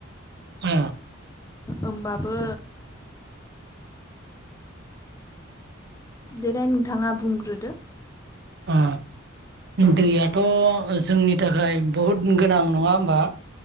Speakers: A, on the right; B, on the left.
A: अ
B: ओमबाबो देलाय नोंथाङा बुंग्रोदो।
A: आ
B: औ
A: दैयाथ' जोंनि थाखाय बहुद गोनां नङा होमबा?